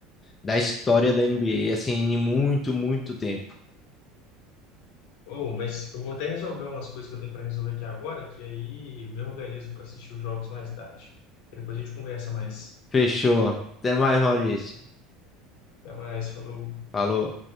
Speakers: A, on the left; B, on the left.
A: da história da NBA, assim, em muito, muito tempo.
B: Oh, mas eu vou até resolver umas coisas que eu tenho para resolver aqui agora, que aí eu me organizo para assistir os jogos mais tarde. E depois a gente conversa mais.
A: Fechou. Até mais, Maurício.
B: Até mais, falou.
A: Falou.